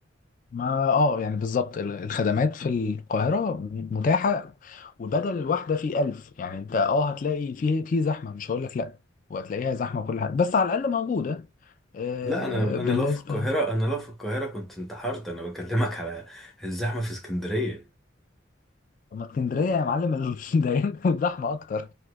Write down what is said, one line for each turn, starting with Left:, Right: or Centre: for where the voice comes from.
Left: ما اه يعني بالظبط ال- الخدمات في القاهرة متاحة وبدل الواحدة في ألف يعني انت اه هتلاقي فيه في زحمة مش هقول لك لا وهتلاقيها زحمة كل حاجة بس على الأقل موجودة آه
Centre: لا أنا أنا
Left: بالنسبة
Centre: لو في القاهرة أنا لو في القاهرة كنت انتحرت أنا بكلمك على الزحمة في اسكندرية
Left: اما اسكندرية يا معلم ال- <laughs> ده هنا زحمة أكتر